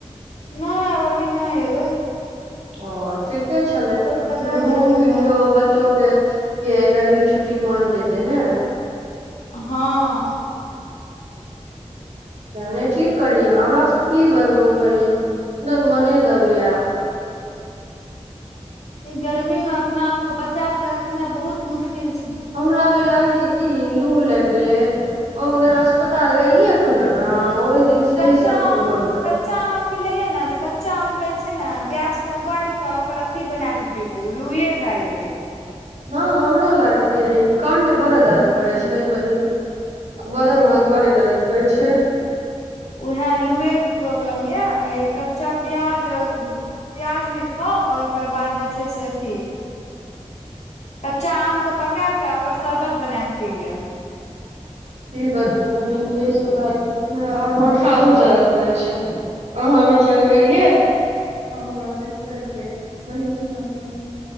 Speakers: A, on the left; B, on the right.
A: नहि आब अभी नहि अयबै
B: ओ ठीके छले
A: खतम
B: घूम
A: हेतै
B: फिर
A: तब
B: लियो बच्चो के के गर्मी छुटटी मन जेतै ने
A: हँ
B: नहि ठीक करलियै हमरास की बजबू बहिन हमर मने दब या
A: गर्मीमे अपना आपक बचाक रखनाय बहुत मुश्किल छै
B: हमरा कहे छै कि लू लग गेलै ओ दिन अस्पताल गेलियए खुना ने दिन से
A: कच्चा
B: ही सबके
A: आम
B: मन दब
A: कच्चा आम आम मिलय तऽ कच्चा आम कऽ छैने गैस पर उबाल क ओकर अथि बना कऽ पीबू भए गेलै
B: हँ हमरो लागै छै यहि कण्ठ बड़े दर्द करै छै बहीन बादन हाथ बड़ी दरद करै छै
A: उऊहे लुए के प्रॉब्लम ये कच्चा प्याज प्याज भी खाउ आओर ओकर बाद जे छै से अथी कच्चा आमके पकाए कऽ ओकर शरबत बना कऽ पी लिअ
B: की बतबू बहिन य सब भए गेल हमरा आओर माथा ऊ दर्द करै छै अभी चल गेलियै आ हमरा देखते से चल